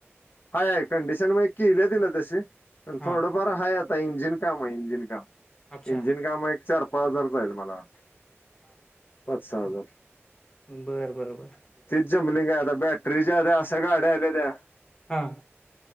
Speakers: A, on the left (about 50°); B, on the left (about 20°).
A: हाय हाय कंडिशन मग केल्या तिला तशी. पण
B: हा
A: थोडंफार हाय ता इंजिन काम हाय इंजिन काम्
B: अच्छा
A: इंजिन काम हाय एक चार पाच हजार जाईल मला वाट पाच सहा हजार.
B: बर, बरं, बर.
A: जिमनिग हाय आता बॅटरी च्या अशा गाड्या आल्याता.
B: हा.